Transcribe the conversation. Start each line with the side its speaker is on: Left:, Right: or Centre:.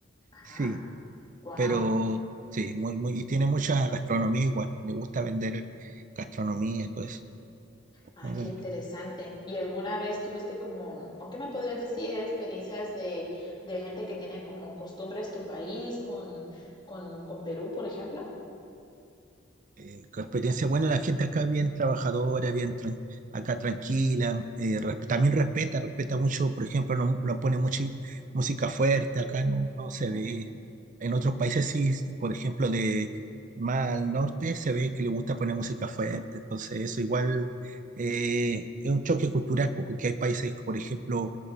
Left: Ajá.
Right: sí,
Left: Wow.
Right: pero sí, muy, muy, y tiene mucha gastronomía igual, le gusta vender gastronomía, todo eso,
Left: Ah,
Right: muy bonito.
Left: qué interesante. ¿Y alguna vez tuviste como, o qué me podrías decir, experiencias de, de gente que tiene como costumbres tu país con, con, con Perú, por ejemplo?
Right: eh, con experiencia buena, la gente acá es bien trabajadora, bien tran- acá tranquila, eh, resp- también respeta, respeta mucho, por ejemplo, no, no pone mucha música fuerte, acá no, no
Left: Ujú.
Right: se ve. En otros países sí, por ejemplo, de más al norte se ve que le gusta poner música fuerte, entonces eso igual eh, es un choque cultural, po, porque hay países, por ejemplo,